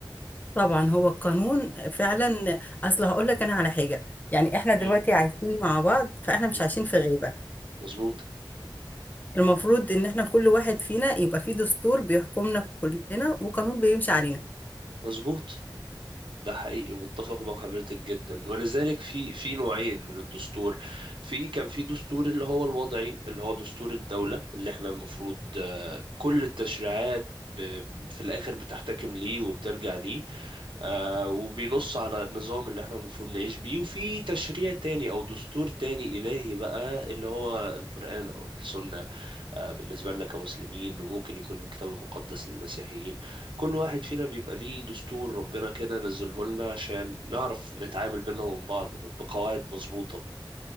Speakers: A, on the left; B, on the right.
A: طبعا هو القانون فعلا اصل هقول لك انا على حاجة يعني احنا دلوقتي
B: امم
A: عايشين مع بعض فاحنا مش
B: أمم.
A: عايشين في غيبة
B: مظبوط
A: المفروض ان احنا كل واحد فينا يبقى فيه دستور بيحكمنا كلنا وقانون بيمشي علينا
B: مظبوط ده حقيقي متفق مع حضرتك جدا ولذلك في في نوعين من الدستور في كان في دستور اللي هو الوضعي اللي هو دستور الدولة اللي احنا المفروض آه، كل التشريعات ب- في الآخر بتحتكم ليه وبترجع ليه آه، وبينص على النظام اللي احنا المفروض نعيش بيه وفي تشريع تاني او دستور تاني الهي بقى اللي هو القرآن او السنة آه، بالنسبة لنا كمسلمين وممكن يكون في الكتاب المقدس للمسيحيين كل واحد فينا بيبقى ليه دستور ربنا كده نزله لنا عشان نعرف نتعامل بينا ومن بعض ب- بقواعد مظبوطة